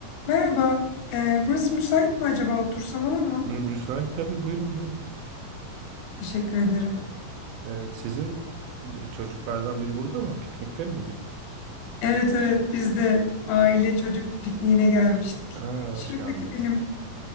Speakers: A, on the left; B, on the right.
A: Merhaba, e, burası müsait mi acaba? Otursam olur mu?
B: Mü- Müsait tabii buyurun buyurun.
A: Teşekkür ederim.
B: Ee, sizin de- çocuklardan biri burada mı? Piknikte mi bugün?
A: Evet evet, biz de aile çocuk pikniğine gelmiştik.
B: Aa,
A: Şuradaki
B: hoş geldiniz.
A: benim